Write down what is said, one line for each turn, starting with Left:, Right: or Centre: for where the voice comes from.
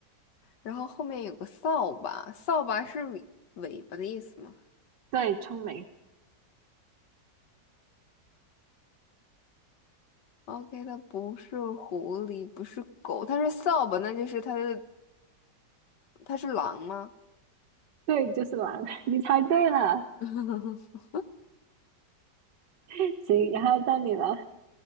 Left: 然后后面有个扫把，扫把是尾尾巴的意思吗？
Right: 对，聪明，
Left: OK，它不是狐狸，不是狗，它是扫把，那就是它的，它是狼吗？
Right: 对，就是狼，<laughs> 你猜对了。
Left: <laughs>
Right: <laughs> 行，然后到你了。